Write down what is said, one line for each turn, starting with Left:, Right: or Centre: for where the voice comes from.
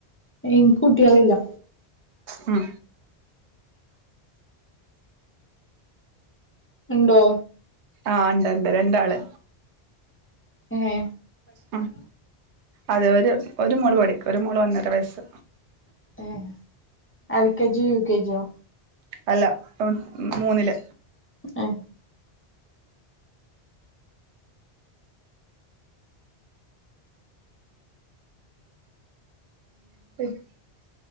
Left: എൻക്ക് കുട്ടികളില്ലാ
Right: ഉം
Left: ഉണ്ടോ
Right: ആഹ് ഇണ്ട് ഇണ്ട് രണ്ടാള്
Left: ഏഹ്
Right: ഉം അതെ ഒരു ഒരു മോള് പഠിക്ക് ഒരു മോള് ഒന്നര വയസ്സ്
Left: ഏഹ് എൽ കെജിയോ യു കെജിയോ
Right: അല്ല മോൻ മൂന്നില്
Left: ഏഹ്
Right: <inaudible>